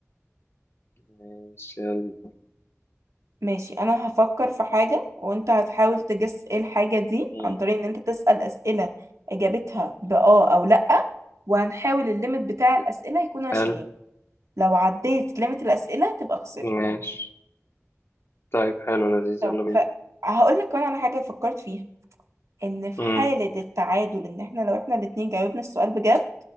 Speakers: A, on the left (about 55°); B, on the right (about 85°).
A: ماشي يلا
B: ماشي انا هفكر في حاجة وانت هتحاول تجس ايه الحاجة دي
A: مم.
B: عن طريق ان انت تسأل اسئلة اجابتها بآه او لأ وهنحاول الليمت بتاع الاسئلة يكون 20
A: قال
B: لو عديت ليميت الاسئلة تبقى خسرت
A: ماشي طيب حلو لذيذ
B: طب
A: يلا بينا
B: ف... هقول لك كمان على حاجة فكرت فيها ان في
A: مم.
B: حالة التعادل ان احنا لو احنا الاتنين جاوبنا السؤال بجد